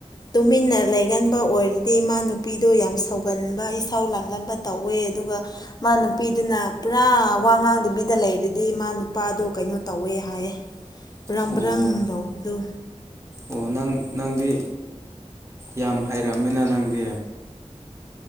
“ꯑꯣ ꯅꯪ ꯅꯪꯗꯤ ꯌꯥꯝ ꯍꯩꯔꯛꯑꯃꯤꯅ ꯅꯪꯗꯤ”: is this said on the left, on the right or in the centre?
Right